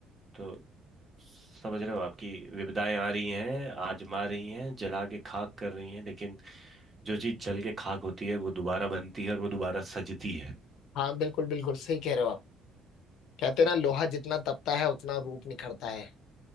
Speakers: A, on the right; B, on the left.
A: तो समझ रहे हो आपकी विविधाएं आ रही हैं आजमा रही हैं जला के खाक कर रही हैं लेकिन जो चीज जल के खाक होती है वो दोबारा बनती है और वो दोबारा सजती है
B: हाँ बिल्कुल बिल्कुल सही कह रहे हो आप कहते हैं ना लोहा
A: जी,
B: जितना तपता है उतना रूप निखरता है